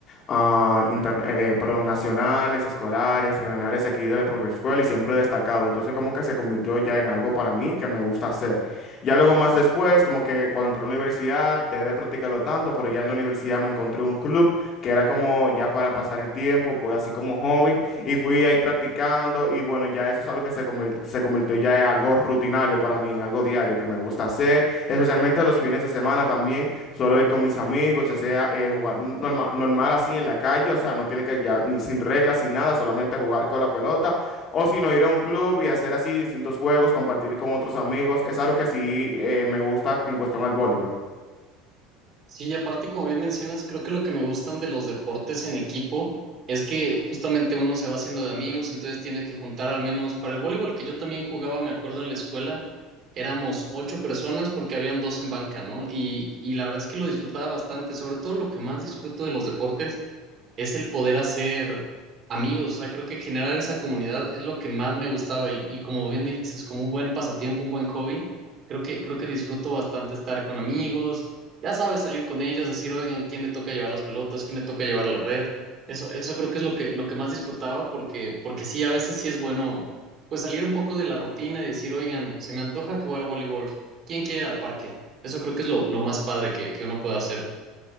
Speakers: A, on the left; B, on the right.
A: ah, interna- eh, eh, perdón, nacionales, escolares, regionales aquí de la propia escuela y siempre he destacado. Entonces, como que se convirtió ya en algo para mí que me gusta hacer. Ya luego más después, como que cuando entré a la universidad, dejé de practicarlo tanto, pero ya en la universidad me encontré un club que era como ya para pasar el tiempo, pues así como hobby y fui ahí practicando y bueno, ya eso es algo que se, convir- se convirtió ya en algo rutinario para mí, en algo diario que me gusta hacer, especialmente los fines de semana también, suelo ir con mis amigos, ya sea eh, jugar norma- normal así en la calle, o sea, no tiene que ya ni sin reglas, sin nada, solamente jugar con la pelota, o si no ir a un club y hacer así distintos juegos, compartir con otros amigos, es algo que sí eh, me gusta en cuestión al voleibol.
B: Sí, y aparte, como bien mencionas, creo que lo que me gustan de los deportes en equipo es que justamente uno se va haciendo de amigos, entonces tiene que juntar al menos para el voleibol que yo también jugaba, me acuerdo en la escuela, éramos ocho personas porque habían dos en banca, ¿no? Y, y la verdad es que lo disfrutaba bastante, sobre todo lo que más disfruto de los deportes es el poder hacer amigos, o sea, creo que generar esa comunidad es lo que más me gustaba y, y como bien dices, como un buen pasatiempo, un buen hobby, creo que, creo que disfruto bastante estar con amigos, ya sabes, salir con ellos, decir, oigan, ¿quién le toca llevar las pelotas? ¿Quién le toca llevar la red? Eso, eso creo que es lo que, lo que más disfrutaba porque, porque sí, a veces sí es bueno, pues salir un poco de la rutina y decir, oigan, se me antoja jugar voleibol, ¿quién quiere ir al parque? Eso creo que es lo, lo más padre que, que uno puede hacer.